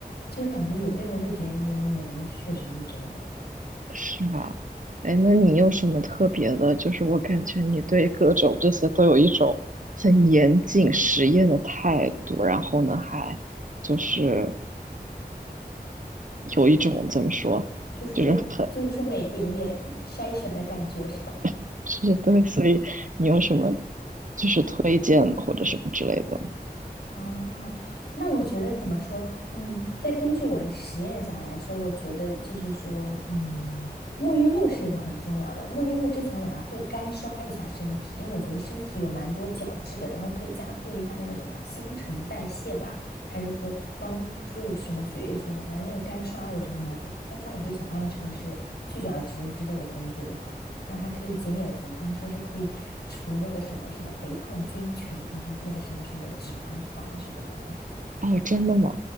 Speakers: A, on the left (about 90°); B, on the right (about 50°).
A: 就感觉有些时候会觉得黏黏的，确实是真的。
B: 是吧？哎，那你有什么特别的？就是我感觉你对各种这些都有一种很严谨实验的态度，然后呢，还就是有一种怎么说，
A: 就是说，
B: 就是很
A: 就是说每一个眼筛选的感觉是吧？
B: <laughs> 是对，所以你有什么就是推荐或者什么之类的吗？
A: 啊，那我觉得怎么说？嗯，再根据我的实验下来说，我觉得就是说，嗯，沐浴露是一个很重要的。沐浴露之前我还会干刷一下身体，因为我觉得身体有蛮多角质的，然后可以加速一下那个什么新陈代谢吧，还是说帮助什么血液循环？反正那个干刷我觉得还蛮有用，干刷你就想让城市去角质之类的工作就好了。然后还可以减减肥，他们说是可以除那个什么什么肥胖菌群，还是那个什么什么脂肪团什么的。<laughs>
B: 哦，真的吗？